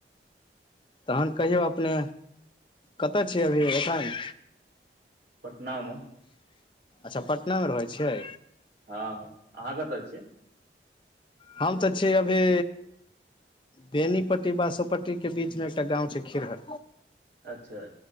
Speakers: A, on the left (about 30°); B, on the right (about 75°).
A: तहन कहियौ अपने कतय छियै अभी एखन।
B: पटना मे।
A: अच्छा पटना मे रहै छियै
B: हँ अहाँ कतऽ छियै
A: हम तऽ छी अभी। बेनीपट्टी बासोपट्टी के बीच मे एकटा गाव छै खिरहर
B: अच्छा